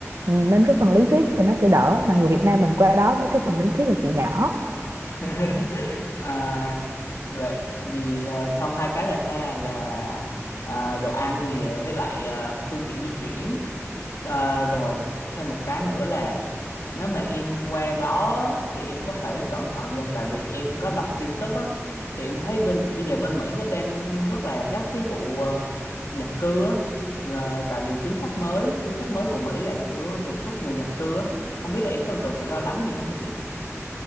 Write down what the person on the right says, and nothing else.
ừ, nên cái phần lý thuyết thì nó sẽ đỡ mà người Việt Nam mình qua đó mấy cái phần lý thuyết là chuyện nhỏ